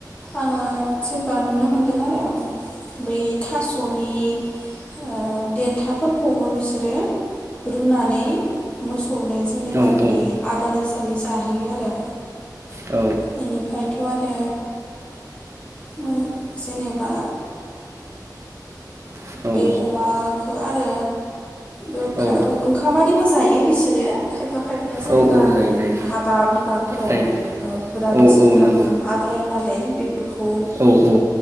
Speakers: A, on the left; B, on the right.
A: आङो जेनेबा नुनो मोनदों आरो बै थासनि ओ देन्थाफोरखौबो बिसोरो रुनानै मोसौनो जेनेबा
B: औ
A: बिदि
B: औ
A: आदार हिसाबै जाहो हैयो आरो
B: औ
A: बेनिफ्रायथ आरो मो जेनेबा
B: नंगौ
A: बे अमाखो आरो बे
B: औ
A: ओंखामारिबो जायो बिसोरो खायफा खायफाया जेनेबा
B: औ औ जायो जायो
A: हाबा बिबाफोराव
B: जायो
A: ओ बिराद
B: औ
A: जोंफोरा
B: औ नंगौ
A: ओंखाम आग्लायो नालाय बेफोरखौ
B: औ औ